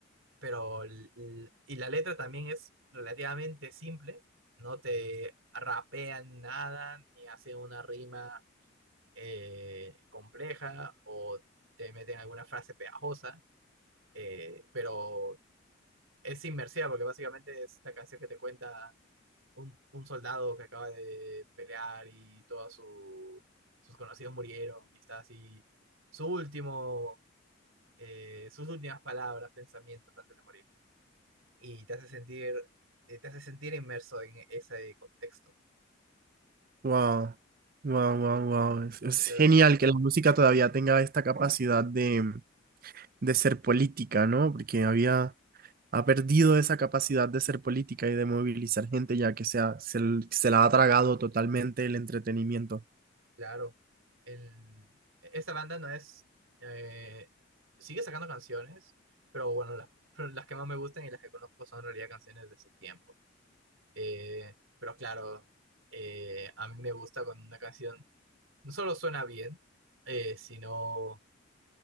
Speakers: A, on the right; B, on the right.
A: pero l- l- y la letra también es relativamente simple, no te rapean nada ni hacen una rima eh, compleja o te meten alguna frase pegajosa, eh, pero es inmersiva porque básicamente es la canción que te cuenta un, un soldado que acaba de pelear y todos su- sus conocidos murieron y está así su último, eh, sus últimas palabras, pensamientos antes de morir. Y te hace sentir, eh, te hace sentir inmerso en ese contexto.
B: Wow, wow, wow, wow. Es, es
A: Entonces,
B: genial que la música todavía tenga esta capacidad de, de ser política, ¿no? Porque había, ha perdido esa capacidad de ser política y de movilizar gente, ya que se, ha- se, l- se la ha tragado totalmente el entretenimiento.
A: claro, el- esta banda no es, eh, sigue sacando canciones, pero bueno, las, pero <laughs> las que más me gustan y las que conozco son en realidad canciones de ese tiempo. Eh, pero claro, eh, a mí me gusta cuando una canción no solo suena bien, eh, sino